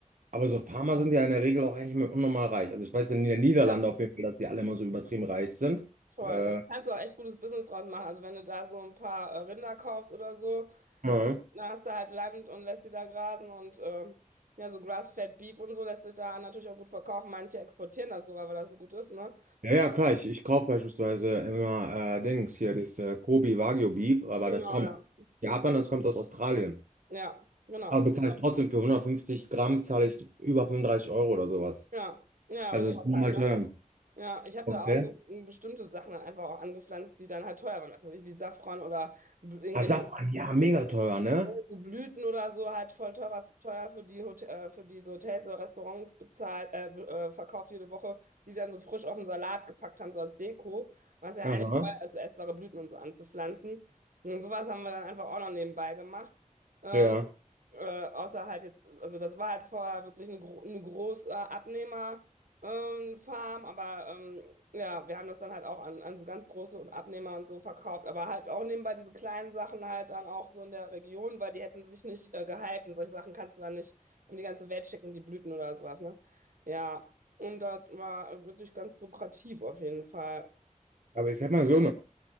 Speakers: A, on the right; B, on the right.
A: Aber so Farmer sind ja in der Regel auch eigentlich immer unnormal reich. Also ich weiß in den Niederlanden
B: ja,
A: auf jeden Fall, dass die alle immer so übertrieben reich sind.
B: voll.
A: Äh,
B: Da kannst du auch echt gutes Business draus machen. Also wenn du da so ein paar äh, Rinder kaufst oder so,
A: ja,
B: Da hast du halt Land und lässt sie da grasen und ähm, ja, so Grass-Fed Beef und so lässt sich da natürlich auch gut verkaufen. Manche exportieren das sogar, weil das so gut ist, ne?
A: ja, ja, klar, ich, ich kaufe beispielsweise immer äh, Dings hier, dieses äh, Kobe Wagyu Beef, aber
B: Genau,
A: das kommt
B: ja.
A: aus Japan, das kommt aus Australien.
B: Ja, genau.
A: Aber bezahle ich trotzdem für 150 Gramm, zahle ich über 35 Euro oder sowas.
B: Ja, ja,
A: Also
B: aber sowas
A: ist nur
B: halt,
A: mal
B: ne?
A: teuer.
B: Ja, ich habe
A: Okay.
B: da auch so hm, bestimmte Sachen dann einfach auch angepflanzt, die dann halt teuer waren. Was weiß ich, wie Safran oder b- irgendwelche
A: Ah Asafran, ja, mega teuer, ne?
B: so Blüten oder so halt voll teurer, teuer für die, Hot äh, für diese Hotels oder Restaurants bezahlt, äh, be- äh, verkauft jede Woche, die dann so frisch auf den Salat gepackt haben, so als Deko, was ja
A: Aha,
B: eigentlich teuer ist, so essbare Blüten und so anzupflanzen. Und sowas haben wir dann einfach auch noch nebenbei gemacht. Ähm,
A: ja.
B: äh, außer halt jetzt, also das war halt vorher wirklich eine, gro eine große Abnehmerfarm, ähm, Farm, aber ähm, ja, wir haben das dann halt auch an, an so ganz große und Abnehmer und so verkauft, aber halt auch nebenbei diese kleinen Sachen halt dann auch so in der Region, weil die hätten sich nicht äh, gehalten. Solche Sachen kannst du dann nicht um die ganze Welt schicken, die Blüten oder sowas, ne? Ja, und das war wirklich ganz lukrativ auf jeden Fall.
A: Aber ich sag mal so,